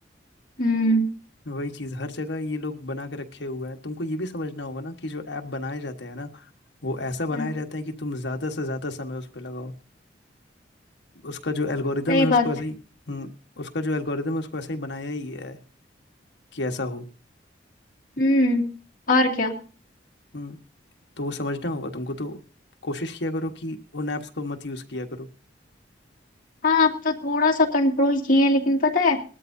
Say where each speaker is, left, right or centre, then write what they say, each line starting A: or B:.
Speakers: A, on the left (about 45°); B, on the left (about 70°).
A: हम्म
B: वही चीज़ हर जगह ये लोग बना के रखे हुए हैं तुमको ये भी समझना होगा ना कि जो ऐप बनाए जाते हैं ना वो ऐसा बनाए
A: हम्म,
B: जाते हैं कि तुम ज़्यादा से ज़्यादा समय उस पर लगाओ उसका जो एल्गोरिदम
A: सही
B: है उसको
A: बात
B: ऐसे
A: है
B: ही हम्म उसका जो एल्गोरिदम है उसको ऐसे ही बनाया ही है कि ऐसा हो
A: हम्म और क्या
B: हम्म, तो वो समझना होगा तुमको तो कोशिश किया करो कि उन ऐप्स को मत यूज किया करो
A: हाँ अब तो थोड़ा सा कंट्रोल किए हैं लेकिन पता है